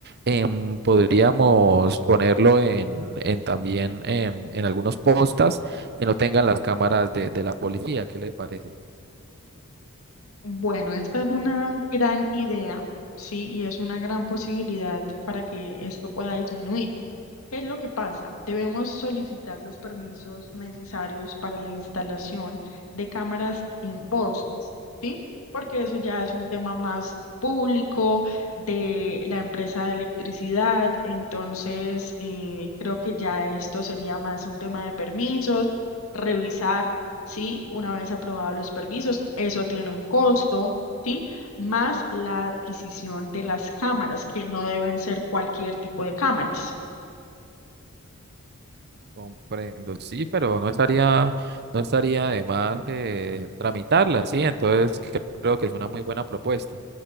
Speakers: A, on the right; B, on the left.
A: em, podríamos ponerlo en, en también em, en algunos postas que no tengan las cámaras de, de la policía, ¿qué les parece?
B: Bueno, esta es una gran idea, ¿sí? Y es una gran posibilidad para que esto pueda disminuir. ¿Qué es lo que pasa? Debemos solicitar los permisos necesarios para la instalación de cámaras en fosas, ¿sí? Porque eso ya es un tema más público de la empresa de electricidad, entonces eh, creo que ya esto sería más un tema de permisos, revisar, ¿sí? Una vez aprobados los permisos, eso tiene un costo. ¿Sí? Más la adquisición de las cámaras, que no deben ser cualquier tipo de cámaras.
A: Comprendo, sí, pero no estaría, no estaría de más eh, tramitarla, sí, entonces creo que es una muy buena propuesta.